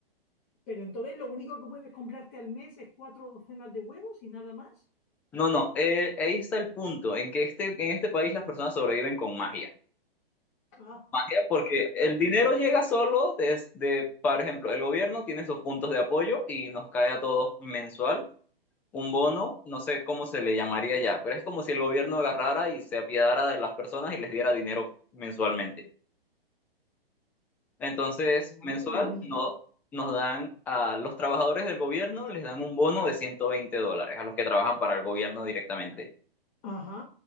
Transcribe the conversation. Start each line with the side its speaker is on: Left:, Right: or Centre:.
Left: Pero entonces lo único que puedes comprarte al mes es cuatro docenas de huevos y nada más.
Centre: No, no, eh, ahí está el punto, en que este, en este país las personas sobreviven con magia.
Left: Ah,
Centre: ¿Para qué? Porque el dinero llega solo desde, por ejemplo, el gobierno tiene sus puntos de apoyo y nos cae a todos mensual un bono, no sé cómo se le llamaría ya, pero es como si el gobierno agarrara y se apiadara de las personas y les diera dinero mensualmente. Entonces,
Left: madre
Centre: mensual
Left: mía.
Centre: no, nos dan a los trabajadores del gobierno, les dan un bono de 120 dólares a los que trabajan para el gobierno directamente.
Left: Ajá,